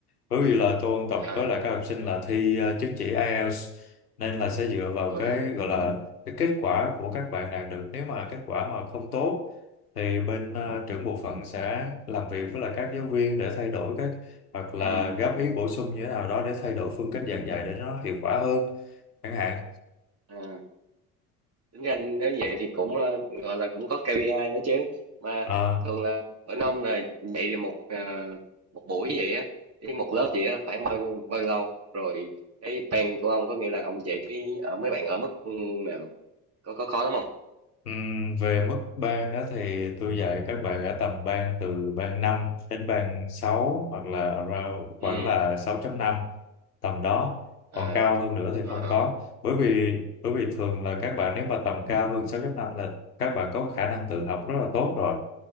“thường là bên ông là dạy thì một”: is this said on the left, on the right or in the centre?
Right